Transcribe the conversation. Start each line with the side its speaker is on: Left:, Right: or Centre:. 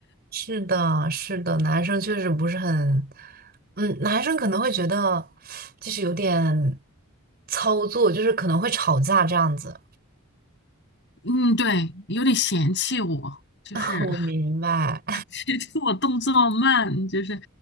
Right: 是的，是的，男生确实不是很，嗯，男生可能会觉得就是有点操作，就是可能会吵架这样子。
Left: 嗯，对，有点嫌弃我，就是。
Right: <laughs> 我明白，
Left: 其实 <laughs> 我动作慢，就是